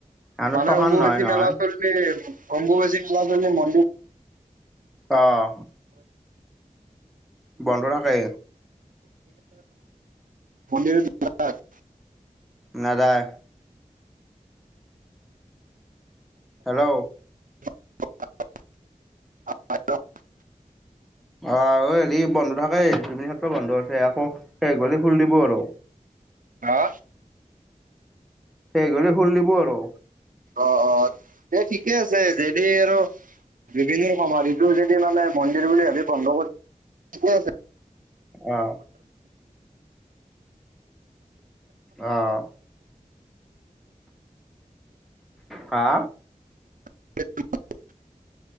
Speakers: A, in the centre; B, on the right.
A: আন
B: মানে
A: শ্মশান
B: অম্বুবচী
A: নহয় নহয়
B: মেলা চলি, অম্বুবচী মেলা চলি মন্দিৰ
A: অ'হ। বন্ধ থাকে।
B: মন্দিৰ <unintelligible>
A: নাযায়। হেল্ল'।
B: <unintelligible>
A: অ' ঐ হেৰি বন্ধ থাকে, জুবিন ক্ষেত্ৰ বন্ধ আছে, আকৌ শেষ হলি খুলি দিব আৰু।
B: হা?
A: শেষ হলি খুল দিব আৰু।
B: অ অ এ ঠিকে আছে যেনে আৰু জুবিনৰ সমাধিটো যদি মানে মন্দিৰ বুলি ভাবি বন্ধ কৰি ঠিকে আছে
A: অ'হ। অ'হ। হা?
B: <unintelligible>